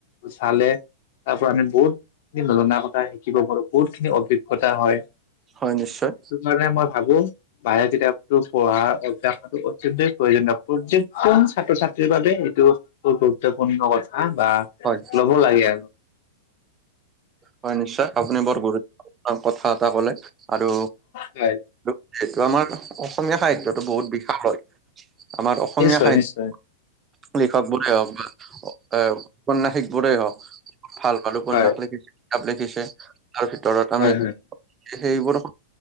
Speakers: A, on the left; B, on the right.
A: চালে তাৰ পৰা আমি বহুতখিনি নজনা কথা শিকিব পাৰো, বহুতখিনি অভি জ্ঞতা হয়।
B: হয় নিশ্চয়।
A: মানে মই ভাবো বাহেয়ত কিতাপটো পঢ়া অভ্যাসো অত্যন্তই প্ৰয়োজনীয়। প্ৰৰ্যেকজন ছাত্ৰ-ছাত্ৰীৰ বাবে এইটো খুব গুৰুত্বপূৰ্ণ কথা বা
B: হয়
A: ল'ব লাগে আৰু
B: হয় নিশ্চয় আপুনি বৰ গুৰুত্বপূৰ্ণ কথা এটা কলে আৰু
A: হয়
B: যিহেটো আমাৰ অসমীয়া সাহিত্যটো বহুত বিশাল হয় আমাৰ অসমীয়া
A: নিশ্চয়
B: সাহিত্য
A: নিশ্চয়
B: লিখক বোৰে হওঁক বা এ উপন্যাসিক বোৰে হক ভাল পালো উপন্যাস
A: হয়
B: লিখি লিখিছে তাৰ ভিতৰত আমি
A: হয় হয়
B: সেইবোৰক